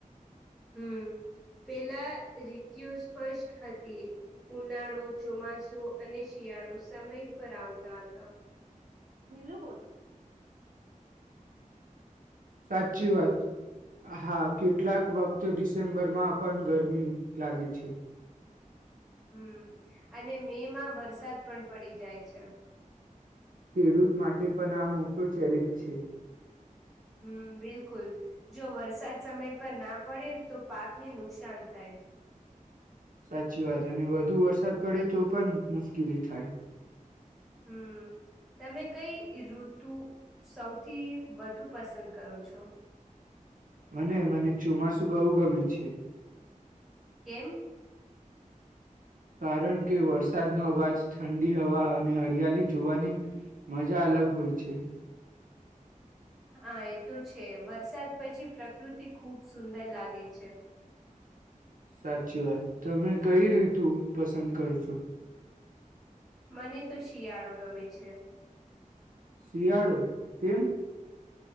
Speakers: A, in the centre; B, on the right.
A: હમ પેલા રીતિઓ સ્પષ્ટ હતી ઉનાળો ચોમાસુ અને શિયાળો સમય પર આવતા હતા
B: <unintelligible> સાચી વાત હા કેટલાક વખતો ડિસેમ્બરમાં પણ ગરમી લાગે છે
A: હમ અને મે માં વરસાદ પણ પડી જાય છે
B: ખેડૂત માટે પન આ મોટો ચેલેન્જ છે
A: હમ બિલકુલ જો વરસાદ સમય પર ના પડે તો પાકને નુકસાન થાય
B: સાચી વાત અને વધુ વરસાદ પડે તો પન મુશ્કેલી થાય
A: હમ તમે કઈ ઋતુ સૌથી વધુ પસંદ કરો છો
B: મને મને ચોમાસું બહુ ગમે છે
A: કેમ
B: કારણ કે વરસાદનો અવાજ ઠંડી હવા અને હરિયાળી જોવાની મજા અલગ હોય છે
A: હા એ તો છે વરસાદ પછી પ્રકૃતિ ખુબ સુંદર લાગે છે
B: સાચી વાત તમે કઈ ઋતુ પસંદ કરો છો
A: મને તો શિયાળો ગમે છે
B: શિયાળો કેમ